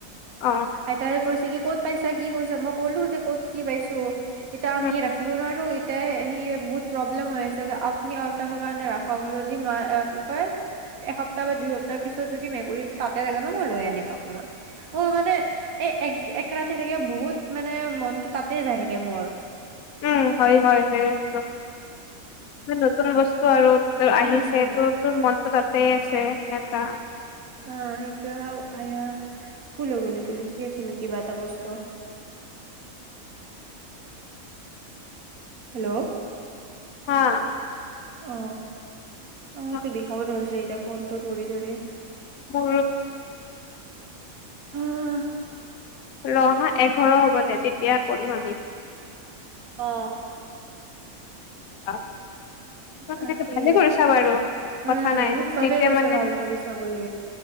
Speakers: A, on the left; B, on the right.
A: অ
B: আইতাই কৈছে কি ক'ত পাইছা? কি কৈচা, মই কলো যে ক'ত কি পাইছো এতা
A: উম
B: আমি ৰাখিব নোৱাৰো এ, সি বহুত প্ৰব্লেম হৈ আছে আপুনি অলপ টাইমৰ কাৰণে ৰাখক যদি নোৱাৰে কি কয় এসপ্তাহ তাপৰা দুই সপ্তাহ পিছত যদি মেকুৰীটো তাতে থাকে ন, মই লৈ আনিম অকমান। অ', মানে এই এক এক ৰাতি তিকে বহুত মানে মনটো তাতেই যাই থাকে মোৰ।
A: উ, হয়, হয়, সেইটো। নতুন বস্তু স্বাৰুত ত
B: উম
A: আহিছে ত, ত, মনটো তাত তেই আছে সেনেকা।
B: অ, সেইটো-আয়া ভুল হ গ'ল লিখি আছিলো কিবা এটা বস্তু। হেল্ল'।
A: হা।
B: আহ। সময়তটো
A: হা,
B: বিষাব ধৰিছে। য়া ফোনটো ধৰি ধৰি
A: উ।
B: আহ।
A: ৰহা এঘাৰ হ'ব দে তেতিয়া কৰিম আমি।
B: অ।
A: হ তেকেনে
B: তাকে
A: ভালে কৰিছা বাৰু
B: উম
A: কথা নাই
B: মোক চবেই
A: যেতিয়া
B: কৈছে
A: মানে,
B: ভাল কৰিছা বুলি